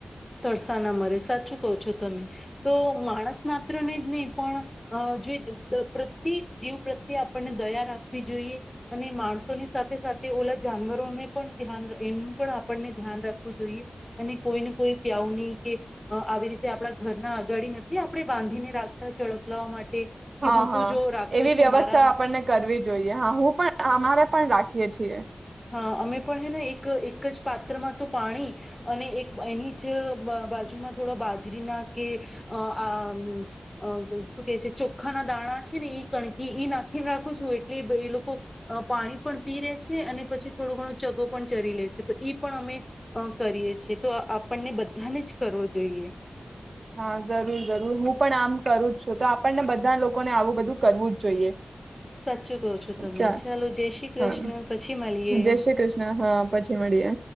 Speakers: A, on the left (about 25°); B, on the right (about 70°).
A: તરસા ના મરે સાચું કો છો તમે. તો માણસ માત્ર નેજ નઈ પણ અ જે પ્રત્યેક જીવ પ્રત્યે આપણને દયા રાખવી જોઈએ અને માણસોની સાથે સાથે ઓલા જાનવરો ને પણ ધ્યાન એનું પણ આપણને ધ્યાન રાખવું જોઈએ અને કોઈને કોઈ કે આવું ની કે અ આવી રીતે આપડા ઘરના અગાડી નથી આપણે બાંધીને રાખતા ચડકલાઓ માટે કે
B: હ
A: હું
B: હ
A: તો જો રાખું
B: એવી
A: છું
B: વ્યવસ્થા
A: મારા
B: આપણને કરવી જોઈએ હા હું પણ અમારે પણ રાખીએ છીએ
A: હ અમે પણ હેને એક એકજ પાત્રમાં તો પાણી અને એક એનીજ બ બાજુમાં થોડા બાજરીના કે અ આ શું કેહછે ચોખ્ખાના દાણા છે ને એ કણકી એ નાખીને રાખું છું એટલે ભઈ લોકો પાણી પણ પીલે છે અને પછી થોડો ઘણો ચગો પણ ચરી લે છે, તો ઈ પણ અમે અ કરીએ છીએ તો આપણને બધાને જ કરવો જોઈએ
B: હા જરૂર જરૂર હું પણ આમ કરું છું તો આપણને બધા લોકોને આવું બધું કરવુંજ જોઈએ.
A: સાચું કહો છો તમે
B: ચાલ
A: ચલો જય શ્રી કૃષ્ણ
B: હા
A: પછી મલીએ.
B: જય શ્રી કૃષ્ણ હા પછી મળીએ.